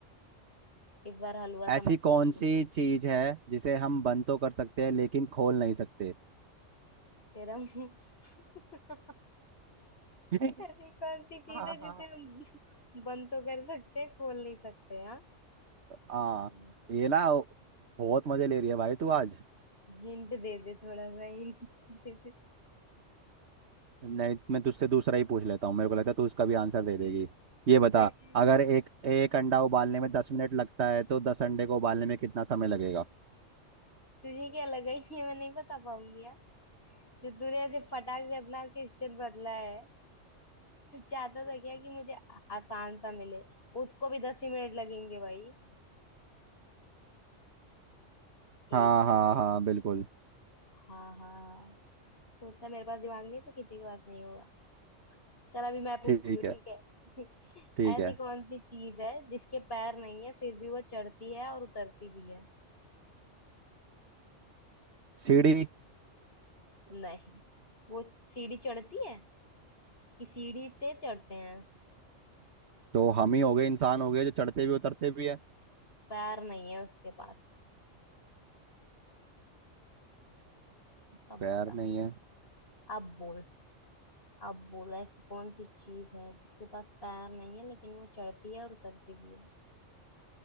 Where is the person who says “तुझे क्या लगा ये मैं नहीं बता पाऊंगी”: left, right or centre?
Left